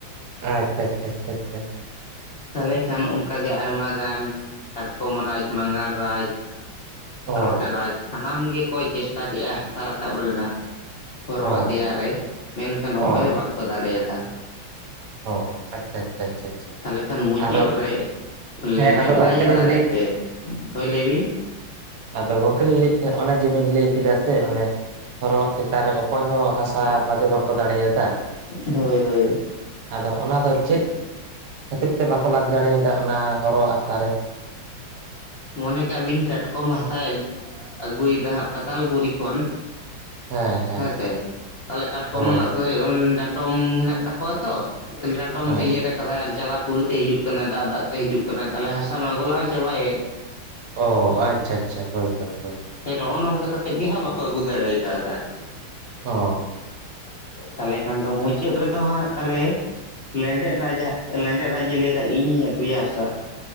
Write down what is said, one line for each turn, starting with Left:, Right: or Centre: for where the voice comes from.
Right: ᱟᱪᱪᱷᱟ -ᱪᱷᱟ -ᱪᱷᱟ -ᱪᱷᱟ ᱾
Left: ᱛᱟᱞᱦᱮ ᱠᱷᱟᱱ ᱚᱱᱠᱟᱜᱮ ᱟᱭᱢᱟ ᱜᱟᱱ ᱠᱟᱴᱠᱚᱢ ᱨᱟᱡᱽ ᱢᱟᱜᱟᱲ ᱨᱟᱡᱽ
Right: ᱚ
Left: ᱨᱚᱴᱮᱨᱟᱡᱽ ᱥᱟᱱᱟᱢ ᱜᱮᱠᱚ ᱪᱮᱥᱴᱟ ᱠᱮᱜᱼᱟᱦ ᱦᱟᱥᱟ ᱨᱟᱠᱟᱵ ᱨᱮᱱᱟᱜ ᱦᱚᱨᱚᱣᱟᱜ
Right: ᱚ
Left: ᱫᱮᱭᱟ ᱨᱮ ᱢᱮᱱᱠᱷᱟᱱ
Right: ᱚ
Left: ᱚᱠᱚᱭ ᱦᱚᱸ ᱵᱟᱠᱚ ᱫᱟᱲᱮᱭᱟᱫᱟ ᱾ ᱯ-ᱪᱚᱜ-ᱥᱟ
Right: ᱚ ᱟᱪᱪᱷᱟ ᱟᱪᱪᱷᱟ ᱟᱪᱪᱷᱟ ᱟᱪᱪᱷᱟ
Left: ᱛᱟᱞᱦᱮ ᱠᱷᱟᱱ ᱢᱩᱪᱟᱹᱫ
Right: ᱟᱫᱚ
Left: ᱨᱮ
Right: ᱦᱮᱸ
Left: ᱞᱮᱸᱰᱮᱫ
Right: ᱟᱫᱚ ᱜᱚᱝᱠᱮ
Left: ᱨᱟᱡᱽ ᱟᱜ
Right: ᱞᱤᱧ
Left: ᱫᱟᱲᱮ
Right: ᱞᱟᱹᱭ
Left: ᱛᱮ, ᱦᱳᱭ ᱞᱟᱹᱭ ᱵᱤᱱ
Right: ᱟᱫᱚ ᱜᱚᱝᱠᱮ ᱞᱤᱧ ᱞᱟᱹᱭᱮᱫ ᱛᱟᱦᱮᱸᱫ ᱚᱱᱮ ᱡᱮᱵᱤᱱ ᱞᱟᱹᱭ ᱠᱮᱫᱟ ᱥᱮ ᱚᱱᱮ ᱦᱚᱨᱚᱣᱟᱜ ᱪᱮᱛᱟᱱ ᱨᱮ ᱚᱠᱚᱭ ᱦᱚᱸ ᱦᱟᱥ ᱟ ᱞᱟᱫᱮᱹ ᱵᱟᱠᱚ ᱫᱟᱲᱮᱹᱭᱟᱫᱟ
Left: ᱯᱪᱟᱜ, ᱦᱳᱭ- ᱦᱳᱭ ᱾
Right: ᱟᱫᱚ ᱚᱱᱟ ᱫᱚ ᱪᱮᱫ ᱠᱷᱟᱹᱛᱤᱨ ᱛᱮ ᱵᱟᱠᱚ ᱞᱟᱫᱮ ᱫᱟᱲᱮᱭᱟᱫᱟ ᱚᱱᱟ ᱦᱚᱨᱚᱣᱟᱜ ᱦᱟᱥᱟ ᱨᱮ?
Left: ᱢᱚᱱᱮ ᱠᱟᱜ ᱵᱤᱱ ᱠᱟᱴᱠᱚᱢ ᱦᱟᱥᱟᱭ ᱟᱜ-ᱟᱹᱜᱩᱭᱮᱫᱟ ᱦᱟᱸᱜ ᱯᱟᱛᱟᱞᱯᱩᱨᱤ ᱠᱷᱚᱱ
Right: ᱦᱮᱸ ᱦᱮᱸ
Left: ᱦᱮᱸᱥᱮ ᱛᱟᱞᱦᱮ ᱠᱟᱴᱠᱚᱢᱟᱜ
Right: ᱦᱳᱭ ᱦᱳᱭ
Left: ᱫᱚ ᱩᱢ- ᱰᱟᱴᱚᱢ ᱢᱮᱱᱟᱜ ᱛᱟᱠᱚᱣᱟ ᱛᱚ ᱛᱟᱦᱞᱮ ᱰᱟᱴᱚᱢ
Right: ᱦᱮᱸ
Left: ᱛᱮ ᱤᱭᱟᱹ ᱨᱮᱠ ᱟᱭ ᱟᱨ ᱡᱟᱞᱟᱯᱩᱨᱤᱛᱮ ᱦᱤᱡᱩᱜ ᱠᱟᱱᱟᱭ ᱫᱟᱜ ᱫᱟᱜ ᱛᱮ ᱦᱤᱡᱩᱜ ᱠᱟᱱᱟᱭ ᱛᱟᱦᱞᱮ ᱦᱟᱥᱟ ᱢᱟ ᱜᱚᱞᱟᱣ ᱪᱟᱵᱟᱭᱮᱱ
Right: ᱚ ᱟᱪᱪᱷᱟ- ᱟᱪᱪᱷᱟ ᱦᱳᱭ- ᱦᱳᱭ- ᱦᱳᱭ ᱾
Left: ᱦᱮᱹᱴ ᱱᱚᱜᱼᱚ ᱱᱚᱝᱠᱟ ᱠᱟᱛᱮᱜ ᱜᱮ ᱦᱟᱸᱜ ᱵᱟᱠᱚ ᱟᱹᱜᱩ ᱫᱟᱲᱮ ᱠᱟᱣᱫᱟ ᱟᱨᱠᱤ ᱾
Right: ᱚᱻ ᱾
Left: ᱛᱟᱞᱦᱮ ᱠᱷᱟᱱ ᱫᱚ ᱢᱩᱪᱟᱹᱫ ᱨᱮᱫᱚ ᱦᱟᱸᱜ ᱛᱟᱞᱦᱮ ᱞᱮᱸᱰᱮᱫ ᱨᱟᱡᱽᱟᱜ ᱞᱮᱸᱰᱮᱫ ᱨᱟᱡᱽ ᱮ ᱞᱟᱹᱭ ᱫᱟ ᱤᱧᱤᱧ ᱟᱹᱜᱩᱭᱟ ᱦᱟᱥᱟ